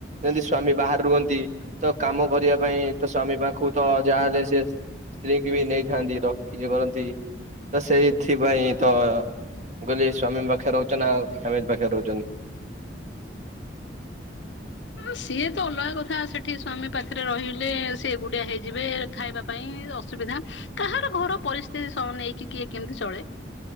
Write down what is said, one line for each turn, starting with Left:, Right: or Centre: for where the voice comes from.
Right: ଯେମିତି ସ୍ଵାମୀ ବାହାରେ ରୁହନ୍ତି ତକାମ କରିବା ପାଇଁ ତସ୍ଵାମୀ ପାଖକୁ ତଯାହାହେଲେ ସେ ସ୍ତ୍ରୀକିବି ନେଇଥାନ୍ତି ର <unintelligible> କରନ୍ତି ତସେଇଥିପାଇଁତ ମୁଁ କହିଲି ସ୍ୱାମୀ ପାଖରେ ରହୁଚନ୍ତି ଆଉ ଫ୍ୟାମିଲି ପାଖରେ ରହୁଚନ୍ତି?
Left: ସିଏତ ଅଲଗା କଥା ସେଠି ସ୍ଵାମୀ ପାଖରେ ରହିଲେ ସିଏ ଏକୁଟିଆ ହେଇଯିବେ ଖାଇବା ପାଇଁ ଅସୁବିଧା କାହାର ଘର ପରିସ୍ଥିତି ନେଇକି କିଏ କେମିତି ଚଳେ